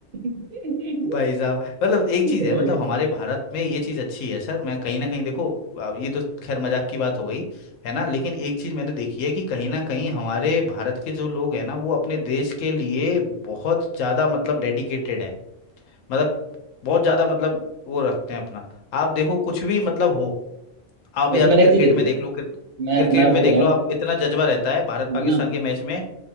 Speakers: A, on the right; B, on the left.
A: हम्म।
B: भाई साहब मतलब एक
A: वही।
B: चीज है मतलब हमारे भारत में ये चीज अच्छी है सर मैं कहीं ना कहीं देखो अब ये तो खैर मजाक की बात हो गई है ना लेकिन एक चीज मैंने देखी है कि कहीं ना कहीं हमारे भारत के जो लोग हैं ना वो अपने देश के लिए बहुत ज्यादा मतलब डेडिकेटेड हैं मतलब बहुत ज्यादा मतलब वो रखते हैं अपना आप देखो कुछ भी मतलब हो आप
A: वैसे
B: या
A: मैंने
B: तो क्रिकेट
A: एक चीज देखी
B: में देख लो क्रिक,
A: मैं
B: क्रिकेट
A: मैं
B: में
A: आपको
B: देख
A: बताऊं
B: लो आप इतना जज्बा रहता है भारत
A: हम
B: पाकिस्तान
A: ना
B: के मैच में